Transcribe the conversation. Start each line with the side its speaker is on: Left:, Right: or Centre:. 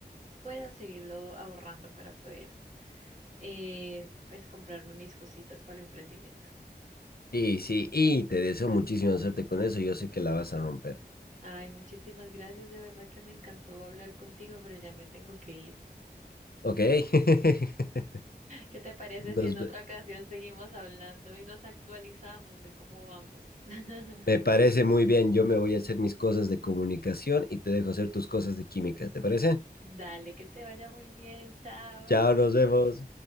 Right: pueda seguirlo ahorrando para poder eh, pues comprarme mis cositas para el emprendimiento.
Left: Y sí, y te deseo muchísima suerte con eso, yo sé que la vas a romper.
Right: Ay, muchísimas gracias, de verdad que me encantó hablar contigo, pero ya me tengo que ir.
Left: Ok, <laughs>
Right: ¿Qué te parece
Left: Nos
Right: si en otra
Left: ve-
Right: ocasión seguimos hablando y nos actualizamos de cómo vamos? <laughs>
Left: me parece muy bien, yo me voy a hacer mis cosas de comunicación y te dejo hacer tus cosas de química, ¿te parece?
Right: Dale, que te vaya muy bien, chao.
Left: Chao, nos vemos.